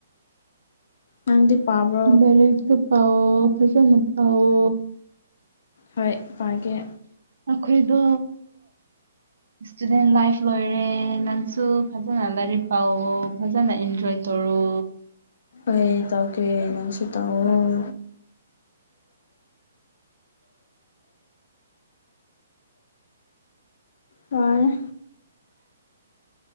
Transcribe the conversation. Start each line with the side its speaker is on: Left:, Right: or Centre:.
Left: ꯅꯪꯗꯤ ꯄꯥꯕꯔꯣ
Right: ꯂꯥꯏꯔꯤꯛꯁꯨ ꯄꯑꯣ ꯐꯖꯅ ꯄꯑꯣ
Left: ꯍꯣꯏ ꯄꯥꯒꯦ
Right: ꯑꯩꯈꯣꯏꯗ ꯏꯁꯇꯨꯗꯦꯟ ꯂꯥꯏꯐ ꯂꯣꯏꯔꯦ ꯅꯪꯁꯨ ꯐꯖꯅ ꯂꯥꯏꯔꯤꯛ ꯄꯥꯑꯣ ꯐꯖꯅ ꯏꯟꯖꯣꯏ ꯇꯧꯔꯣ
Left: ꯑꯩꯩ ꯇꯧ ꯀꯦꯅꯁꯤ ꯇ ꯑꯣ ꯑ